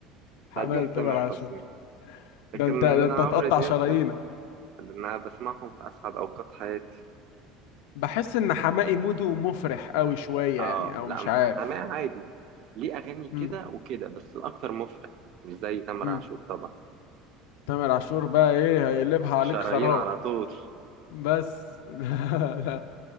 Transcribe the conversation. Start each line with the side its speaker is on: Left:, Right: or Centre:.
Right: بعديهم
Left: حمام تامر
Right: تامر
Left: عاشور
Right: حسني لكن
Left: ده انت ده
Right: انا
Left: انت هتقطع
Right: عمرو دياب
Left: شرايينك
Right: ده اللي انا بسمعهم في اسعد اوقات حياتي
Left: بحس ان حماقي موده مفرح قوي شويه
Right: اه
Left: يعني او
Right: لا
Left: مش عارف
Right: حماقي عادي ليه اغاني كده
Left: امم
Right: وكده بس الاكتر مفرق مش زي تامر
Left: امم
Right: عاشور طبعا
Left: تامر عاشور بقى ايه هيقلبها عليك
Right: شرايين
Left: خراب
Right: على طول
Left: بس <laughs> لا لا